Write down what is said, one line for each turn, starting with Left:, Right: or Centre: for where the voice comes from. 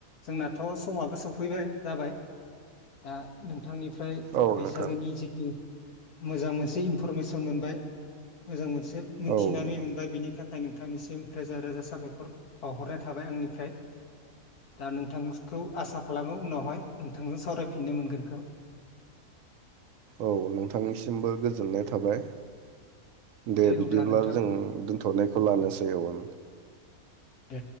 Left: जोंना थ' समाबो सफैबाय जाबाय, दा नों थांनिफ्राय
Right: औ
Left: बैसागोनि
Right: नोंथां
Left: जिथु मोजां मोनसे इनफरमेसन मोनबाय, मोजां मोन से मिथिनानै
Right: औ नोंथां
Left: मोनबाय बिनि थाखाय थांनिसिम रोजा-रोजा साबायखर बावहरनाय थाबाय आंनिफ्राय। ओमफ्राय दा नोंथांखौ आसा खालामो उनावहाय नोंथांजों सावरायफिननो मोनगोनखौ।
Right: औ नोंथांनिसिमबो गोजोननाय थाबाय। दे बिदिब्ला
Left: अब्ला नोंथां
Right: जों दोनथ'नायखौ लानोसै औ
Left: दे।